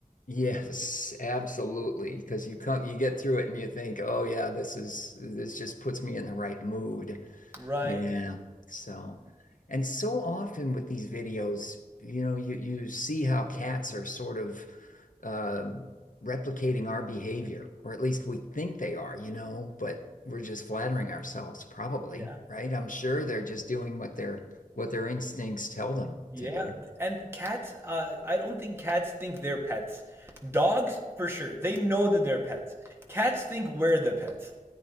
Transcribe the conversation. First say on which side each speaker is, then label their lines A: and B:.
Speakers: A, on the left; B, on the right.
A: Yes, absolutely. Because you come, you get through it and you think, oh yeah, this is this just puts me in the right mood.
B: Right.
A: Yeah. So, and so often with these videos, you know, you you see how cats are sort of um replicating our behavior, or at least we think they are, you know, but we're just flattering ourselves, probably,
B: Yeah.
A: right? I'm sure they're just doing what their what their instincts tell them
B: Yeah.
A: to do.
B: And cats. Uh, I don't think cats think they're pets. Dogs, for sure. They know that they're pets. Cats think we're the pets.